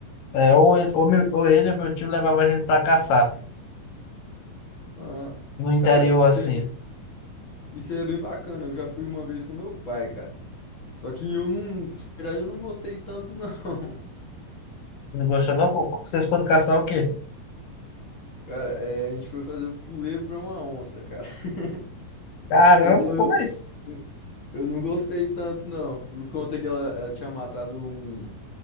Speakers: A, on the left; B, on the left.
A: é, ou, ele- ou, meu, ou ele ou meu tio levava a gente para caçar,
B: ah,
A: no interior,
B: cara, isso
A: assim.
B: é, isso é bem bacana. Eu já fui uma vez com meu pai, cara. Só que eu não, na verdade, eu não gostei tanto, não. <laughs>
A: Não gostou, não? co- Vocês foram caçar o quê?
B: Cara, é, a gente foi fazer o puleiro pra uma onça, cara. <laughs>
A: Caramba,
B: Então
A: como
B: eu,
A: é isso?
B: eu eu não gostei tanto, não, por conta que ela, ela tinha matado um,